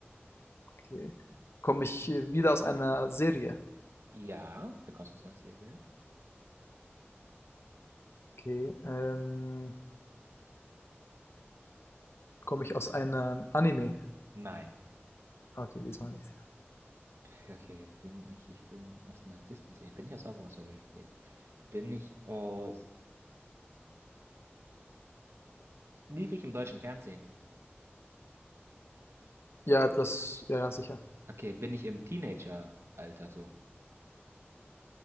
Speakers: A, on the left; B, on the right.
A: Okay. Komme ich äh, wieder aus einer Serie?
B: Ja. Du kommst aus einer Serie?
A: Okay. Ähm, komme ich aus einem Anime?
B: Nein.
A: Okay, diesmal nicht.
B: <laughs> Okay, bin ich, ich bin aus einer Disney-Serie. Bin ich aus Zauberer aus Waverly Place? Bin ich aus. Lief ich im deutschen Fernsehen?
A: Ja, das, ja, ja, sicher.
B: Okay, bin ich im Teenager-Alter so?